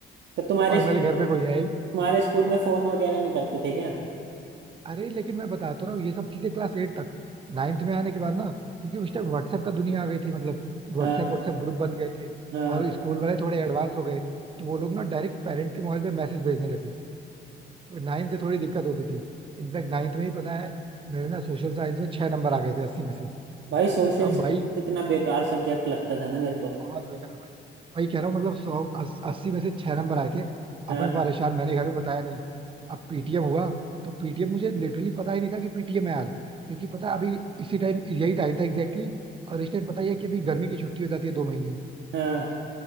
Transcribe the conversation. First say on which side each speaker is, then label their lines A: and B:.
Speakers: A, on the right; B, on the right.
A: तो तुम्हारे
B: और मेरे घर पे कोई है
A: तुम्हारे स्कूल में फोन वगैरह नहीं करते थे क्या
B: अरे लेकिन मैं बताता हूँ ना, ये सब चीजें क्लास एट तक नाइन्थ में आने के बाद ना क्योंकि उस टाइम व्हाट्सएप का दुनिया आ गई थी मतलब व्हाट्सएप
A: हाँ
B: व्हाट्सएप ग्रुप बन गए थे
A: हाँ
B: और स्कूल वाले थोड़े एडवांस हो गए तो वो लोग ना डायरेक्ट पेरेंट के मोबाइल पे मैसेज भेजने लगे तो नाइन्थ से थोड़ी दिक्कत होती थी इनफैक्ट नाइन्थ में ही पता है मेरे ना सोशल साइंस में छह नंबर आ गए थे अस्सी में से
A: भाई सोशल
B: अब
A: साइंस
B: भाई
A: इतना बेकार सब्जेक्ट लगता था ना मेरे को
B: बहुत बेकार भाई वही कह रहा हूँ मतलब सौ अस- अस्सी में से छह नंबर आए थे
A: हाँ
B: अब मैं परेशान मैंने घर में बताया नहीं अब पीटीएम हुआ तो पीटीएम मुझे लिटरली पता ही नहीं था कि पीटीएम है हाल क्योंकि पता है अभी इसी टाइम यही टाइम था एग्जैक्टली exactly, और इस टाइम पता ही है कि अभी गर्मी की छुट्टी हो जाती है दो महीने
A: हाँ